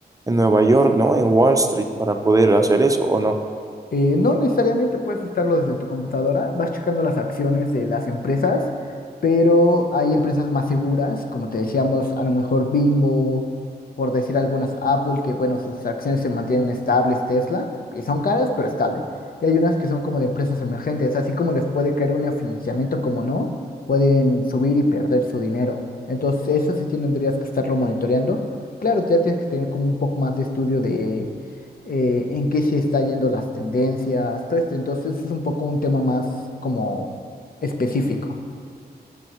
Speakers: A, on the right; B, on the left.
A: en Nueva York, ¿no? En Wall Street para poder hacer eso, ¿o no?
B: Eh, no necesariamente puedes estarlo desde tu computadora, vas checando las acciones de las empresas, pero hay empresas más seguras, como te decíamos, a lo mejor Bimbo, por decir algunas, Apple, que bueno, sus acciones se mantienen estables, Tesla, y son caras, pero estables. Y hay unas que son como de empresas emergentes, así como les puede caer un financiamiento, como no, pueden subir y perder su dinero. Entonces, eso sí tendrías que estarlo monitoreando. Claro, ya tienes que tener como un poco más de estudio de eh, en qué se está yendo las tendencias, todo esto. Entonces es un poco un tema más como específico.